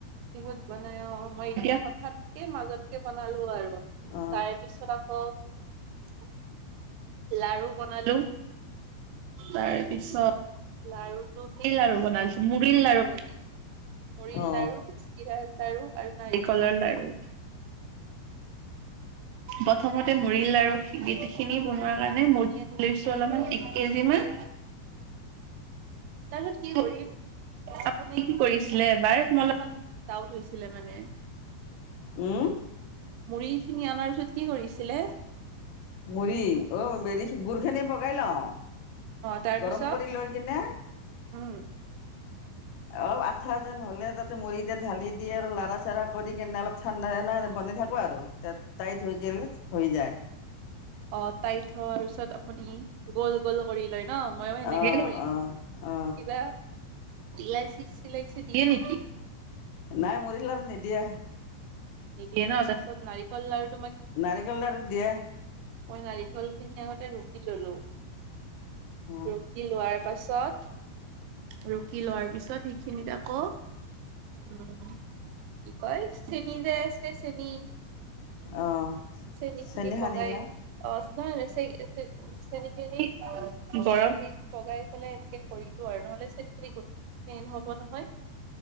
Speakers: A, on the right; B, on the left.
A: বিহুত বানাই অ, মই এতিয়া হঠাৎকে মাজতকে বনালো আৰু
B: অ
A: তাৰে পিছত আকৌ উ লাৰু বনালো তাৰ পিছত লাৰু টো কি লাৰ়ু বনাল মুৰিল লাৰু বনাইচো মুৰিল
B: অ
A: লাৰু, চিিৰাৰ লাৰু আৰু নাৰিকলৰ লাৰু প্ৰথমতে মুৰিল লাৰু গট খিনি বনোৱাৰ কাৰণে মুৰি আনি লৈছো অলপমান এক কেজি মান, তাৰপিছত কি কৰিম? আপুনি কি কৰিছিলে এবাৰ? মোৰ অলপমান ডাউট হৈছিলে মানে।
B: উম?
A: মুড়ি খিনি অনাৰ পিছত কি কৰিছিলে?
B: মুৰিি অেৰি গুৰ খিনি পগাই লওঁ।
A: অ', তাৰপিছত
B: গৰম কৰি লৈ কিনে
A: উম,
B: অ আঠা যেন হলে তাতে মুডৰি দ ঢালি দি আৰু লৰাা চডা কৰি কিনে অলপ ঠাণ্ডা বনি থাকো আৰু াইত হৈ গেলে, হৈ যায়।
A: অ তাইত থোৱাৰ পিছত আপুনি গল-গল কৰি লৈ ন? মইো এনেকেই
B: অ
A: কৰিছো।
B: অ
A: কিবা
B: অ
A: লাইচি চিলাইচি দিয়ে নেকি?
B: নাই মৰিৰ লআৰু নিদিয়ে।
A: নিদিয়ে ন তাৰপিছত নাৰিকল লাৰু
B: নাৰিকল লাৰুত দিয়া
A: মই নাৰিকল খিনি আগতে ৰুকি ল'লো,
B: অ
A: ৰুকি লোৱাৰ পাছত ৰুকি লোৱাৰ পিছত সেইখিনিত আকৌ উম কি কয় চেনি যে আছে চেনি
B: অ
A: চেনী
B: চেনি
A: খিনি
B: সানিলা
A: পগাই অঁ, নহয় নহয় চেই চেনি খিনি গৰম সেই পগাই পেলাই এনেকে কৰি আৰু নহ'লে চেনি খিনি <unintelligible> হ'ব নহয়